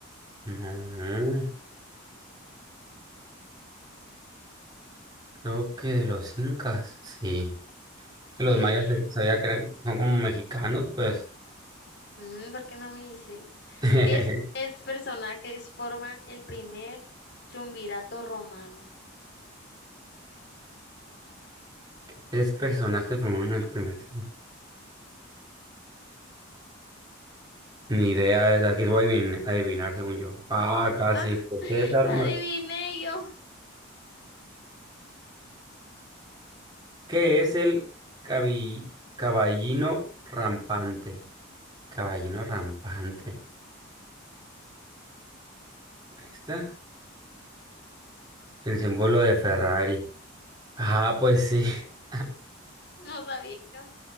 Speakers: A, on the right (about 20°); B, on the left (about 55°).
A: No, creo que de los incas, sí. Que los
B: <gasps>
A: mayas eh, sabía
B: <laughs>
A: que eran, son como mexicanos, pues.
B: Mm, ¿por qué no me dices?
A: <laughs>
B: ¿Qué es, es personajes forman el primer triunvirato romano?
A: Tres personajes formaron el primer. clan. Ni idea, eh, aquí voy a adivin- adivinar según yo. Ah, casi.
B: Ah,
A: César
B: la
A: Mar-
B: adiviné yo.
A: ¿Qué es el cabi- caballino rampante? Caballino rampante. Ahí está. El símbolo de Ferrari. Ah,
B: <laughs>
A: pues sí. <laughs>
B: No sabía yo.